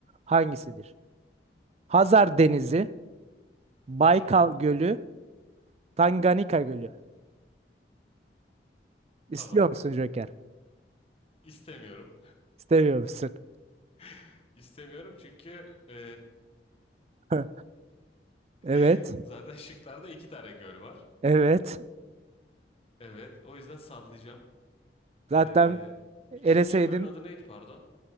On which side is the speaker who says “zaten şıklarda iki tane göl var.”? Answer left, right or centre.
Left